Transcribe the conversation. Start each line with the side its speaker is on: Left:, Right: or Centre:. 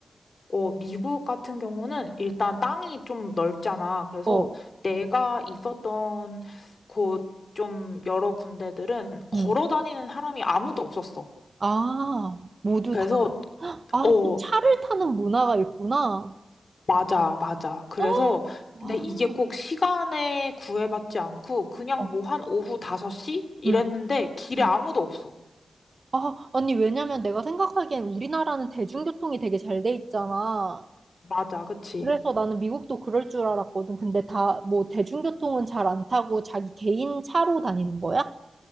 Left: 어, 미국 같은 경우는 일단 땅이 좀 넓잖아. 그래서
Right: 어.
Left: 내가 있었던 곳 좀 여러 군데들은 걸어
Right: 응.
Left: 다니는 사람이 아무도 없었어.
Right: 아, 모두
Left: 그래서,
Right: 다. 헉, 아,
Left: 어,
Right: 또 차를 타는 문화가 있구나.
Left: 맞아, 맞아. 그래서,
Right: 어,
Left: 근데
Right: 아,
Left: 이게 꼭 시간에 구애받지 않고 그냥
Right: 어,
Left: 뭐 한 오후 5시? 이랬는데
Right: 응.
Left: 길에
Right: 응.
Left: 아무도 없어.
Right: 아, 아니, 왜냐면 내가 생각하기엔 우리나라는 대중교통이 되게 잘 돼 있잖아.
Left: 맞아, 그치?
Right: 그래서 나는 미국도 그럴 줄 알았거든. 근데 다, 뭐, 대중교통은 잘 안 타고 자기 개인 차로 다니는 거야?